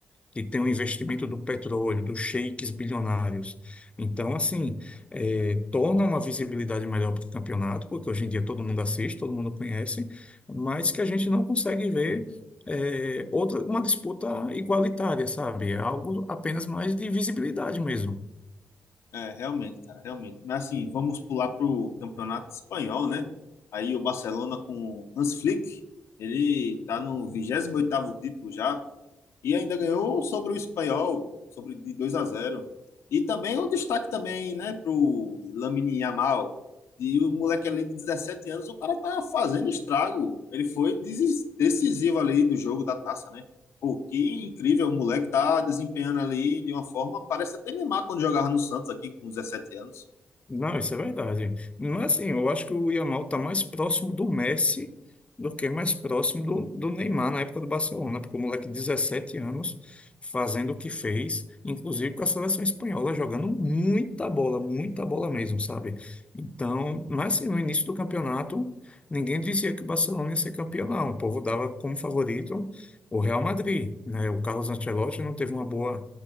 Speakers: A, on the left (about 25°); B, on the left (about 80°).
A: que têm o investimento do petróleo, dos sheiks bilionários. Então, assim, é, torna uma visibilidade melhor para o campeonato, porque hoje em dia todo mundo assiste, todo mundo conhece, mas que a gente não consegue ver é, outra, uma disputa igualitária, sabe? É algo apenas mais de visibilidade mesmo.
B: É, realmente, cara, realmente. Mas assim, vamos pular pro campeonato espanhol, né? Aí o Barcelona com Hans Flick, ele tá no vigésimo oitavo título já, E ainda ganhou sobre o espanhol, sobre de dois a zero E também o destaque também, né, pro Lamine Yamal. E o moleque ali de 17 anos, o cara tá fazendo estrago. Ele foi desis- decisivo ali no jogo da taça, né? Pô, que incrível, o moleque tá desempenhando ali de uma forma, parece até Neymar quando jogava no Santos aqui com 17 anos.
A: Não, isso é verdade. Mas assim, eu acho que o Yamal está mais próximo do Messi do que mais próximo do, do Neymar na época do Barcelona, porque o moleque de 17 anos fazendo o que fez, inclusive com a seleção espanhola, jogando muita bola, muita bola mesmo, sabe? Então, mas assim, no início do campeonato, ninguém dizia que o Barcelona ia ser campeão, não. O povo dava como favorito o Real Madrid, né? O Carlos Ancelotti não teve uma boa,